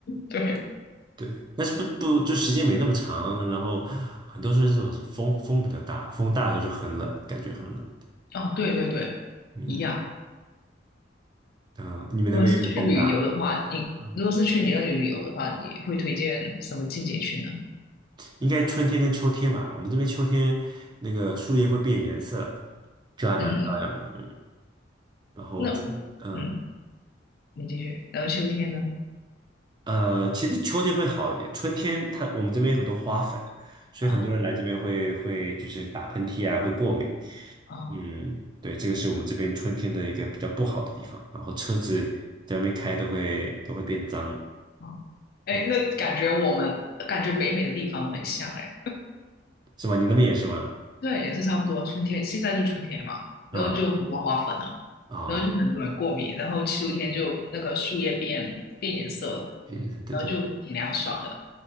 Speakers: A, on the left; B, on the right.
A: 对，
B: 对，但是不不就时间没那么长，然后很多时候是这种风风比较大，风大的时候就很冷，感觉很冷。
A: 啊，对对对，
B: 嗯
A: 一样。
B: 啊、你们那边有没有风大？
A: 如果是去旅游的话，你如果是去你那里旅游的话，
B: 嗯
A: 你会推荐什么季节去呢？
B: 应该春天跟秋天吧。我们这边秋天那个树叶会变颜色，就还蛮漂亮的。
A: 嗯，
B: 嗯，然后春嗯
A: 那嗯，你继续。然后秋天呢？
B: 呃，其实秋天会好一点，春天它我们这边有很多花粉，所以很多人来这边会会就是打喷嚏啊，
A: 啊
B: 会过敏。
A: 啊
B: 嗯，对，这个是我们这边春天的一个比较不好的地方，然后车子在外面开都会都会变脏，
A: 啊！哎，
B: 嗯，
A: 那感觉我们感觉北美的地方很像哎，
B: 是吗？你那边也是吗？
A: 对，也是差不多。春天现在就春天嘛，
B: 嗯
A: 然后就很多花粉啊，
B: 啊，
A: 然后就很多人过敏，
B: 哦
A: 然后秋天就那个树叶变变颜色，
B: 别的，对对，
A: 然后就挺凉爽的。